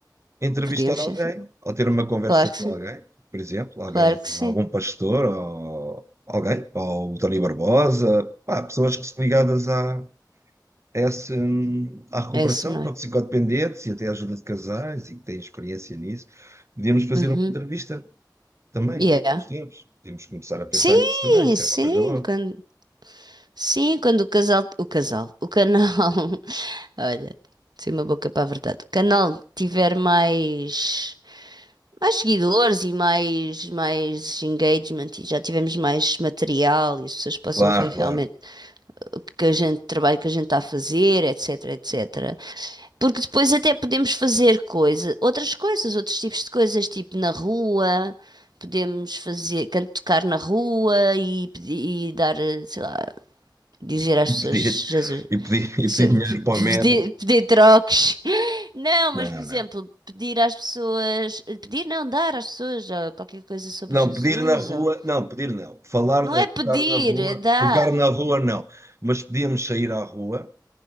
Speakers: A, on the right; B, on the right.
A: entrevistar
B: podíamos,
A: alguém
B: sim, sim.
A: ou ter uma conversa
B: Claro que
A: com
B: sim,
A: alguém, por exemplo, alguém,
B: claro que sim.
A: algum pastor ou alguém, ou o Tony Barbosa, pá, pessoas que são ligadas à, a essa, hum, à recuperação,
B: É isso, não
A: toxicodependentes
B: é?
A: e até à ajuda de casais e que têm experiência nisso. Podíamos fazer
B: Uhum.
A: uma entrevista também,
B: Yeah.
A: daqui a uns tempos. Podíamos começar a pensar
B: Sim,
A: nisso também, isso
B: sim,
A: é uma coisa boa.
B: quando, sim, quando o casal, o casal, o canal, <laughs> olha, sem uma boca para a verdade, o canal tiver mais. mais seguidores e mais, mais engagement e já tivemos mais material e as pessoas possam
A: Claro,
B: ver
A: claro.
B: realmente o que a gente, o trabalho que a gente está a fazer, etc, etc. Porque depois até podemos fazer coisa, outras coisas, outros tipos de coisas, tipo na rua, podemos fazer, can- tocar na rua e, e dar, eh, sei lá, dizer às
A: E
B: pessoas,
A: pedir,
B: Jesus,
A: e pedir, e
B: que
A: pedir
B: se-
A: dinheiro
B: pe-
A: para o metro.
B: pedir, pedir troques. <laughs> Não,
A: Não,
B: mas por exemplo,
A: não.
B: pedir às pessoas, pedir não, dar às pessoas ó, qualquer coisa sobre
A: Não,
B: Jesus.
A: pedir na rua,
B: Ou...
A: não, pedir não. Falar,
B: Não
A: eh,
B: é
A: tocar
B: pedir,
A: na rua,
B: é dar.
A: tocar na rua não. Mas podíamos sair à rua